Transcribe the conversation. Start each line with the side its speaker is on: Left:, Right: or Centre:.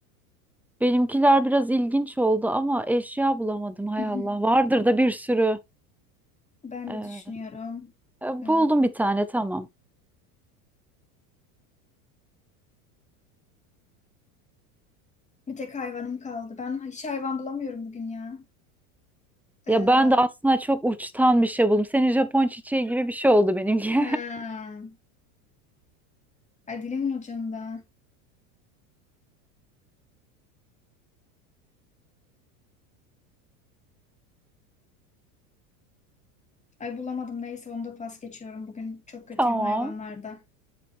Centre: Benimkiler biraz ilginç oldu ama eşya bulamadım hay
Left: <laughs>
Centre: Allah. Vardır da bir sürü.
Left: Ben
Centre: Ee,
Left: de düşünüyorum.
Centre: e,
Left: Ee,
Centre: buldum bir tane tamam.
Left: bir tek hayvanım kaldı. Ben hiç hayvan bulamıyorum bugün ya. Ee,
Centre: Ya ben de aslında çok uçtan bir şey buldum. Senin Japon çiçeği gibi bir şey oldu benimki.
Left: ha. Ay dilimin ucunda. Ay bulamadım neyse onu da pas geçiyorum. Bugün çok kötüyüm
Centre: <laughs> Tamam.
Left: hayvanlarda.